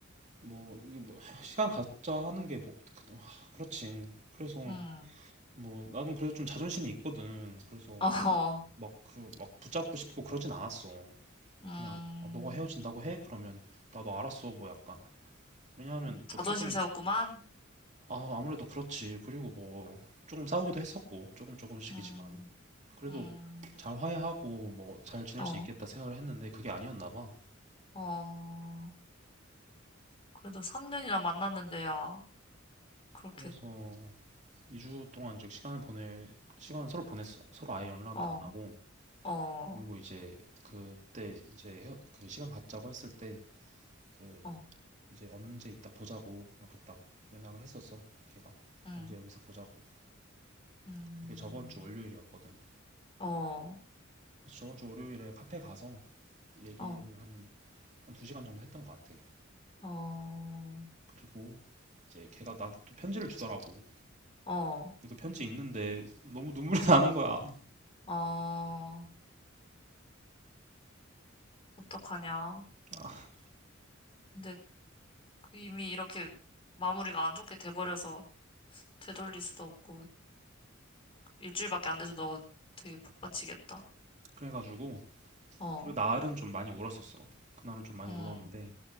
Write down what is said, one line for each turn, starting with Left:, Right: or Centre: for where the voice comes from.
Right: 뭐, 이게 뭐 <sighs> 시간 갖자 하는 게뭐 그, 아, 그렇지 그래서
Left: 음,
Right: 뭐 나는 그래도 좀 자존심이 있거든 그래서
Left: <laughs> 어,
Right: 막 그 막 붙잡고 싶고 그러진 않았어
Left: 음,
Right: 그냥 아, 너가 헤어진다고 해? 그러면 나도 알았어 뭐 약간 왜냐하면
Left: 자존심
Right: 뭐 조금
Left: 세웠구만.
Right: 아 아무래도 그렇지 그리고 뭐 조금 싸우기도 했었고 조금 조금씩이지만
Left: 음,
Right: 그래도
Left: 음,
Right: 잘 화해하고 뭐 잘 지낼
Left: 어,
Right: 수 있겠다 생각을 했는데 그게 아니었나 봐.
Left: 어, 그래도 3년이나 만났는데야, 그렇게,
Right: 그래서 2주 동안 이제 시간을 보내 시간을 서로 보냈어. 서로 아예 연락을
Left: 어.
Right: 안 하고
Left: 어,
Right: 그리고 이제 그때 이제 헤어- 그 시간 갖자고 했을 때 그
Left: 어,
Right: 이제 언제 이따 보자고 이렇게 딱 연락을 했었어. 걔가
Left: 음,
Right: 언제 여기서 보자고.
Left: 음,
Right: 그게 저번 주 월요일이었거든.
Left: 어,
Right: 그래서 저번 주 월요일에 카페 가서 얘기를
Left: 어,
Right: 한 한 두 시간 정도 했던 것 같아.
Left: 어,
Right: 그리고 이제 걔가 나한테 또 편지를 주더라고.
Left: 어,
Right: 그래 편지 있는데 너무 눈물이 <laughs> 나는 거야.
Left: 어, 어떡하냐.
Right: 아,
Left: 근데 이미 이렇게 마무리가 안 좋게 돼버려서 되돌릴 수도 없고, 일주일밖에 안 돼서 너 되게 복받치겠다.
Right: 그래가지고
Left: 어,
Right: 그 날은 좀 많이 울었었어. 그날은 좀 많이
Left: 응,
Right: 울었는데